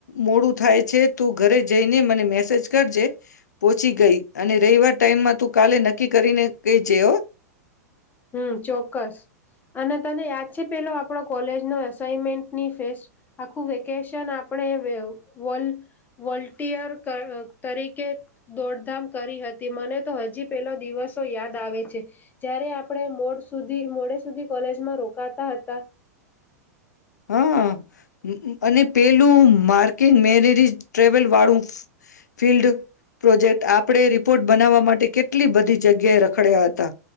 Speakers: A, on the left; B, on the left.
A: મોડું થાય છે તું ઘરે જઈને મને મેસેજ કરજે પોહોચી ગઈ અને રવિવાર ટાઈમમાં તું કાલે નક્કી કરીને કહીજે.
B: હમ ચોક્કસ અને તને યાદ છે પેલો આપણો કોલેજનો અસાઈમેન્ટની ફેસ્ટ આખું વેકેશન આપણે વલિયર તરીકે દોડધામ કરી હતી મને તો હજી પેલો દિવસો યાદ આવે છે જ્યારે. આપણે મોડ સુધી મોડે સુધી કોલેજમાં રોકાતા હતા.
A: હા. અને પેલું માર્કિન મેરીરી ટ્રેવલ વાળું ફિલ્ડ પ્રોજેક્ટ આપણે રિપોર્ટ બનાવવા માટે કેટલી બધી જગ્યાએ રખડ્યા હતા